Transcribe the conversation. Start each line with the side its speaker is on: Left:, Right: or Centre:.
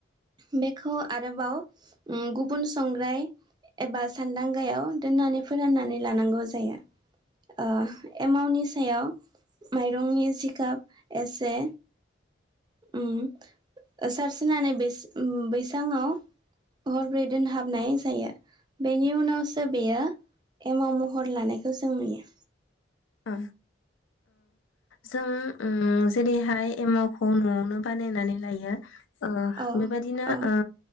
Right: बेखौ आरोबाव गुबुन संग्राय एबा सानदांगायाव दोननानै फोराननानै लानांगौ जायो एमावनि सायाव <unintelligible> माइरंनि सिखाब एसे <unintelligible> सारसोनानै बोइस बैसाङाव हरब्रै दोनहाबनाय जायो <inaudible> बेनि उनावसो बेयो एमाव महर लानायखौ जों नुयो
Left: ओ जों जेरैहाय एमावखौ न'आवनो बानायनानै लायो ओ
Right: औ
Left: बेबादिनो
Right: औ
Left: ओ